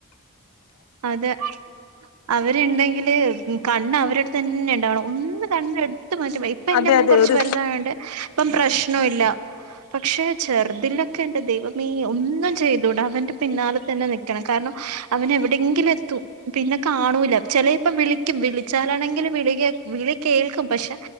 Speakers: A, on the right; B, on the left.
A: അതെ അവര് ഇണ്ടെങ്കില് കണ്ണ്അവരെഅടുത്ത്തന്നെ ഇണ്ടാവണം ഒന്ന് കണ്ണ എടുത്ത് മാറ്റും ഇപ്പ എന്റെ
B: അതെ
A: മോൻ
B: അതെ
A: കൊറച്ച്
B: ഒരു
A: വലുതായോണ്ട് ഇപ്പം പ്രശ്ന ഇല്ല. പക്ഷെ ചെറുതിന്റെ ഒക്കെ എന്റെ ദൈവമേ ഒന്നും ചെയ്തൂടാ അവന്റെ പിന്നാലെ തന്നെ നി രണം കാരണം അവന എവിടെങ്കിലും എത്തും. പിന്നെ കാണൂല ചെലേ ഇപ്പം വിളിക്കും വിളിച്ചാലാണെങ്കിൽ വിളി കേ വിളി കേൾക്കും പക്ഷെ